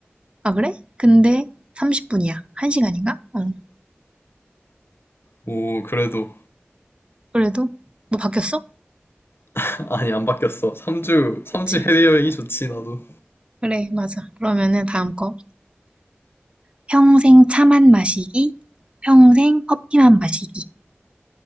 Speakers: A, on the right (about 25°); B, on the left (about 65°).
A: 아, 그래? 근데 30분이야. 1시간인가? 응.
B: 오, 그래도.
A: 그래도, 너 바뀌었어?
B: <laughs> 아니, 안 바뀌었어. 삼주 3주
A: 그렇지
B: 해외여행이 좋지, 나도.
A: 그래, 맞아. 그러면은 다음 거. 평생 차만 마시기, 평생 커피만 마시기.